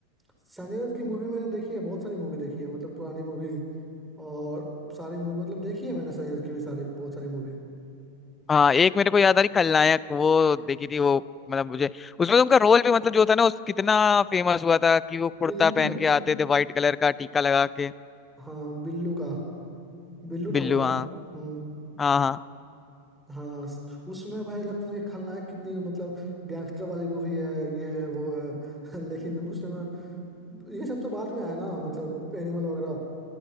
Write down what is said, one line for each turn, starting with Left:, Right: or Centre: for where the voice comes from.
Centre: संजय दत्त की मूवी मैंने देखी है बहुत सारी मूवी देखी है मतलब पुरानी मूवी और सारी मूवी मतलब देखी है मैंने संजय दत्त की भी सारी बहुत सारी मूवी
Left: हाँ एक मेरे को याद आ रही खलनायक वो देखी थी वो मतलब मुझे उसमें तो उनका रोल भी मतलब जो था ना उस कितना फेमस हुआ था कि वो कुर्ता
Centre: बिल्लू
Left: पहन
Centre: का
Left: के आते थे व्हाइट कलर का टीका लगा के
Centre: हाँ बिल्लू का बिल्लू नाम
Left: बिल्लू
Centre: होता
Left: हाँ
Centre: है हम्म,
Left: हाँ हाँ
Centre: हाँ स- उसमें भाई लगता था कि खलनायक कितनी मतलब गैंगस्टर वाली मूवी है ये है वो है <laughs> लेकिन उसमें ये सब तो बाद में आया ना मतलब एनिमल वगैरह